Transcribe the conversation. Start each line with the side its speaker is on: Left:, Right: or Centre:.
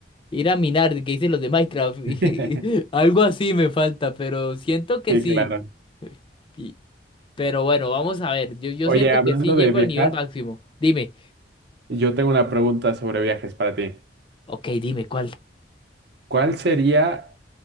Left: ir a minar, que dicen los de Minecraft,
Right: <laughs>
Left: <laughs> y algo así me falta, pero siento que
Right: Sí,
Left: sí,
Right: claro.
Left: y- pero bueno, vamos a ver, yo, yo
Right: Oye,
Left: siento
Right: hablando
Left: que sí
Right: de
Left: llego
Right: viajar.
Left: al nivel máximo, dime,
Right: Yo tengo una pregunta sobre viajes para ti.
Left: ok, dime, ¿cuál?
Right: ¿Cuál sería